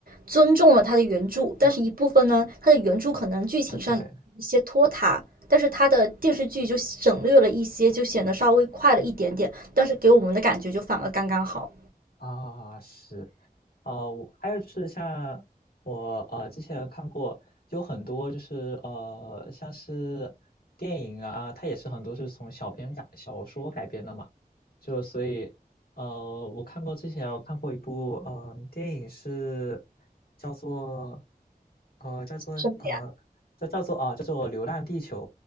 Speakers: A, on the right (about 65°); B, on the left (about 70°).
A: 尊重了它的原著，但是一部分呢，它的原著可能剧情上有一些拖沓，
B: 啊，对
A: 但是它的电视剧就省略了一些，就显得稍微快了一点点，但是给我们的感觉就反而刚刚好。
B: 啊，是。啊，我还有就是像我呃之前看过，有很多就是呃像是电影啊，它也是很多是从小编改小说改编的嘛，就所以呃我看过之前我看过一部嗯、呃、电影是叫做呃叫做呃叫叫做啊、
A: 什么呀？
B: 叫做《流浪地球》